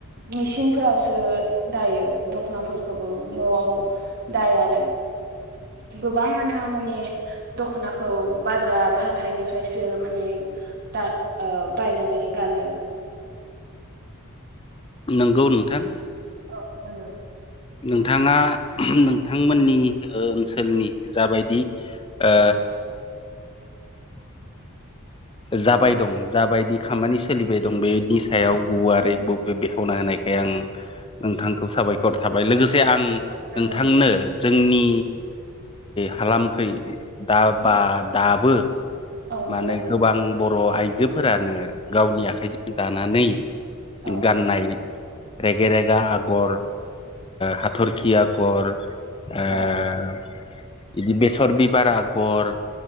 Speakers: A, on the right (about 45°); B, on the left (about 25°).
A: मेसिनफोरावसो दायो दख'नाफोरखौ। न'आव दायानो।
B: <inaudible>
A: गोबाङानो माने दखनाखौ बाजार हाथाइनिफ्रायसो माने दा बायनानै गानो।
B: नोंगौ नोंथां।
A: औ नंगौ
B: नोंथाङा नोंथांमोननि ओनसोलनि जाबायदि ओ
A: औ
B: जाबाय दं जाबायदि खामानि सोलिबाय दं बेनि सायाव
A: औ
B: गुवारै बेखावना होनायखाय आं नोंथांखौ साबायखर थाबाय लोगोसे जे आं नोंथांनो
A: औ नंगौ नोंथां
B: जोंनि हालामखै दा बा
A: औ
B: दाबो।
A: औ
B: माने
A: नंगौ नोंथां
B: गोबां बर' आइजोफोरानो गावनि आखाइजों दानानै।
A: औ
B: गाननाय। रगेेरगा आगर हाथरखि आगर। ओ
A: औ नंगौ
B: बिदि बेसर बिबार आगर।